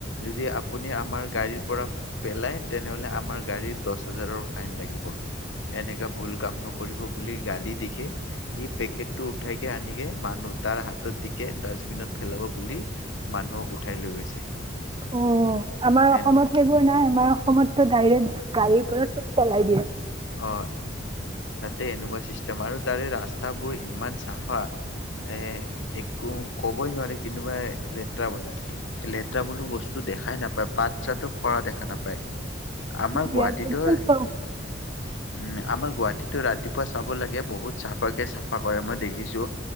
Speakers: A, on the left; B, on the right.
A: যদি আপুনি আমাৰ গাড়ীৰ পৰা পেলাই তেনেহলে আমাৰ গাড়ী দছ হাজাৰৰ ফাইন লাগিব, এনেকা ভুল কাম নকৰিব বুলি গালি দি হে পেকেটটো উঠাইকে আনিকে মানুহ তাৰ হাতত দিকে ডাষ্টবিনত ফেলাব বুলি মানুহক উঠাই লৈ গৈছে।
B: অ অ অ! আমাৰ
A: সেনেকুৱা
B: অসমত সেইবোৰ নাই আমাৰ অস অসমততো ডাইৰেক্ট গাড়ীৰ পৰা চব পেলাই দিয়ে।
A: অ তাতে <unintelligible> তাৰে ৰাস্তাবোৰ ইমান চাফা এ একো কবই নোৱাৰি কোনোবা লেত্ৰা বোলে। লেত্ৰা বোলো বস্তু দেখাই নাপায় পাত চাতো সৰা দেখা নাপায়। আমাৰ
B: ইয়াততো
A: গুৱাহাটীতো
B: চব
A: উম আমাৰ গুৱাহাটীতো ৰা ৰাতিপুৱা চাব লাগে বহুত চাফাকে চাফা কৰে মই দেখিছোঁ